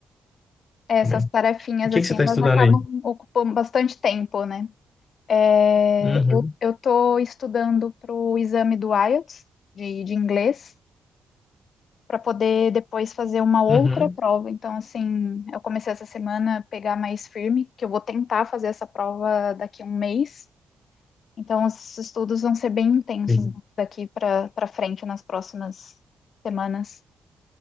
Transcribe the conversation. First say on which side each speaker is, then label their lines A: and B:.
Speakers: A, on the left; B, on the left.
A: é, essas
B: também.
A: tarefinhas,
B: E o que
A: assim,
B: que você está
A: elas
B: estudando
A: acabam
B: aí?
A: ocupando bastante tempo, né? É,
B: Uhum,
A: eu eu estou estudando para o exame do IELTS de, de inglês para poder depois fazer uma outra
B: uhum,
A: prova. Então, assim, eu comecei essa semana a pegar mais firme, que eu vou tentar fazer essa prova daqui a um mês. Então, os estudos vão ser bem intensos
B: sim.
A: daqui para para frente nas próximas semanas.